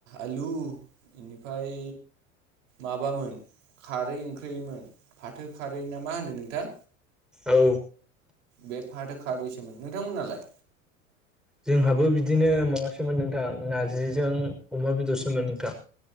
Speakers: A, on the right; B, in the centre.
A: आलु बेनिफ्राय माबामोन खारै ओंख्रिमोन फाथो खारै ना मा होनो नोंथां
B: औ
A: बे फाथोखारदैसोमोन नोंथांमोनालाय
B: जोंहाबो बिदिनो माबासोमोन नोंथां नारजिजों अमा बेदरसोमोन नोंथां